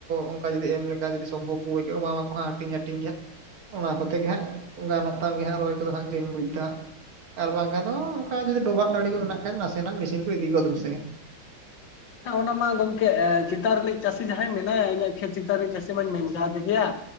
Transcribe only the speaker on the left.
ᱚᱱᱟ ᱢᱟ ᱜᱚᱝᱠᱮ ᱪᱮᱛᱟᱱ ᱨᱤᱱᱤᱡ ᱪᱟᱹᱥᱤ ᱡᱟᱦᱟᱸᱭ ᱢᱮᱱᱟᱭᱟ ᱤᱧᱟᱹᱜ ᱠᱷᱮᱛ ᱪᱮᱛᱟᱱ ᱨᱮᱱᱤᱡ ᱪᱟᱹᱥᱤ ᱢᱟᱹᱧ ᱢᱮᱱ ᱠᱟᱣᱫᱮ ᱜᱮᱭᱟ